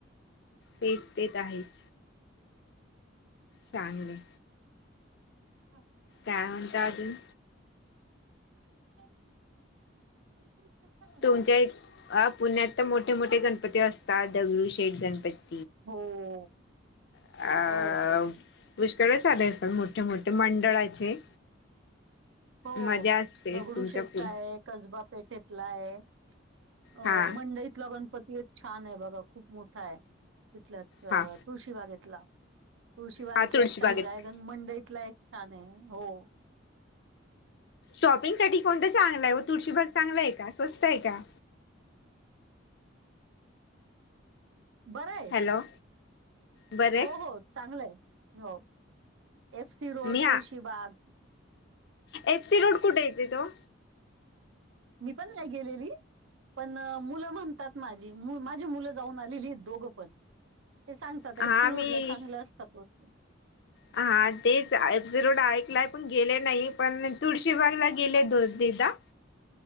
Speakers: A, on the left; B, on the right.
A: तेच ते त आहेच. चांगलं.
B: खा.
A: काय म्हणता आजून?
B: <unintelligible> आईस्क्रीम तर खा. ना.
A: तुमच्या इत पुण्यात त मोठे मोठे गणपती असतात, दगडू शेठ गणपती.
B: हो ओ,
A: अ
B: हो.
A: पुष्कळ <unintelligible> साधे असतात मोठे मोठे मंडळाचे.
B: हो
A: मजा असते
B: दगडू
A: तुमच्या
B: शेठचा
A: पु
B: ये, कसबा पेठेतला ये. अ
A: हा
B: मंडईतला गणपती एक छान ये बघा, खूप मोठा ये तिथल्याच, तुश
A: हा
B: तुळशी बागेतला, तुळशी बागेतला
A: हा तुळशीबागेत
B: एक चांगलाये गण मंडईतला एक छान ये, हॊ.
A: शॉपिंग साठी कोणत चांगला ये व तुळशीबाग चांगला य का? स्वस्त य का?
B: बरंय
A: हॅलो बरे
B: हो हो चांगलंय, हो. एफ सी रोड,
A: मी हा
B: तूळशिबाग.
A: एफसी रोड, कुठे येते तो?
B: मी पण नाही गेलेली. पण मुलं म्हणतात माझी, म-माझी मुलं जाऊन आलेली येत, दोघं पण. ते सांगतात,
A: हा
B: एफ सी रोड
A: मी
B: ला चांगल असतात वस्तू.
A: हा तेच एफ सि रोड ऐकलाय, पण गेले नाही, पण तुळशीबागला गेले दोन तीनदा.